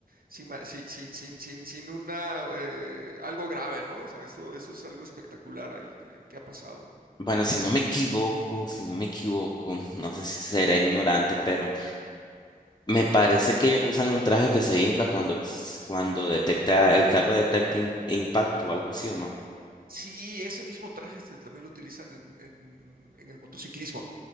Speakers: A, on the right; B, on the left.
A: sin, ma- sin, sin, sin, sin- sin una, eh, algo grave, ¿no? O sea, eso, eso es algo espectacular ahí que, que ha pasado.
B: Bueno, si no me equivoco, si no me equivoco, no sé si seré ignorante, pero me parece que ellos usan un traje que se infla cuando, cuando detecta, el carro detecta im- impacto o algo así, ¿o no?
A: Sí, ese mismo traje se- también lo utilizan en, en- en el motociclismo.